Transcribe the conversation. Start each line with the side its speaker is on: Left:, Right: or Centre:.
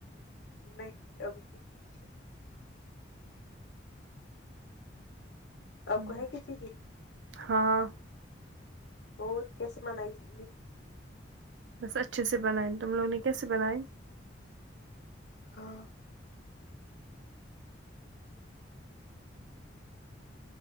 Left: نہیں ابھی کسی کی آپ
Right: ہم۔
Left: کو ہے کسی کی
Right: ہاں
Left: اور کیسے منائی تھی عید
Right: بس اچھے سے بنیں تم لوگوں نے کیسے بنائ
Left: ہاں